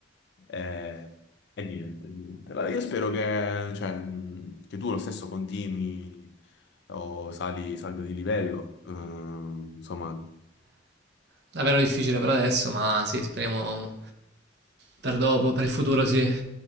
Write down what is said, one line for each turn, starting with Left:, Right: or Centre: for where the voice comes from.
Left: E, e niente, niente. Allora, io spero che, cioè, mh, che tu lo stesso continui o sali, salga di livello, ehm, insomma,
Right: davvero difficile per adesso, ma sì, speriamo per dopo, per il futuro sì.